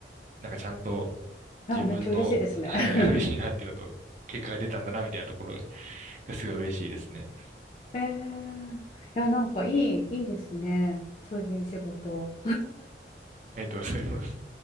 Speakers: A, on the right; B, on the left.
A: なんかちゃんと自分の、
B: ああ、めっちゃ嬉しいですね。
A: <laughs> はい、
B: <laughs>
A: <laughs> 嬉しいなっていうのと、結果が出たんだなみたいなところがすごい嬉しいですね。
B: ええいや、なんかいい、いいですね。そういう仕事。
A: ありがとうございます。